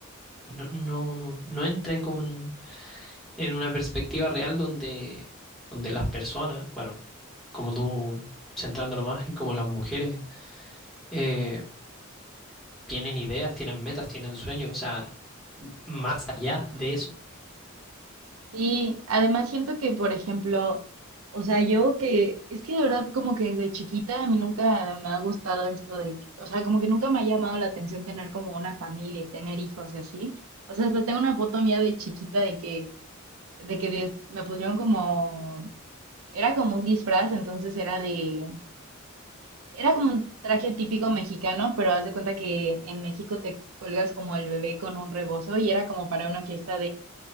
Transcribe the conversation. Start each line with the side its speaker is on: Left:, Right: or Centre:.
Centre: no, no, no, no entra en como un- en una perspectiva real donde, donde las personas, bueno, como tú centrándolo más y como las mujeres. eh, tienen ideas, tienen metas, tienen sueños, o sea, m- más allá de eso.
Right: Sí, además siento que, por ejemplo, o sea, yo que, es que de verdad como que desde chiquita a mí nunca me ha gustado esto de, que- o sea, como que nunca me ha llamado la atención tener como una familia y tener hijos y así. O sea, hasta tengo una foto mía de chiquita de que, de que des- me pusieron como, era como un disfraz, entonces era de, era como un traje típico mexicano, pero haz de cuenta que en México te cuelgas como el bebé con un rebozo y era como para una fiesta